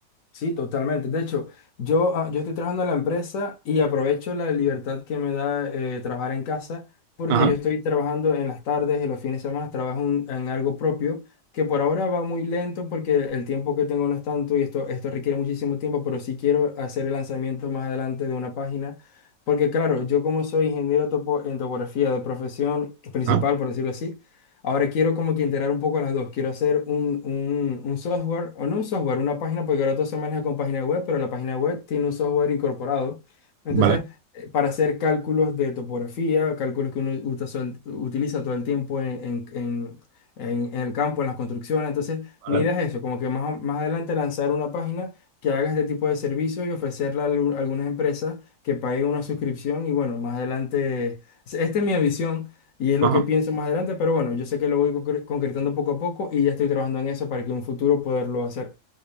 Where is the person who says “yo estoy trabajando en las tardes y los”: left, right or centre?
Left